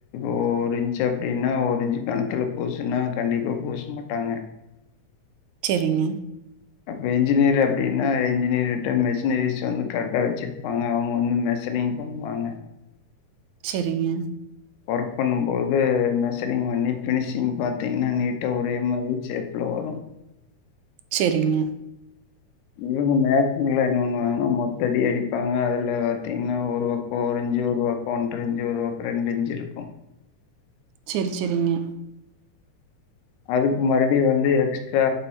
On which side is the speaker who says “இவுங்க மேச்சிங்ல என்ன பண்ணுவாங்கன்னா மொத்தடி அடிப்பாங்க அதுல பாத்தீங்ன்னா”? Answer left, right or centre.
Left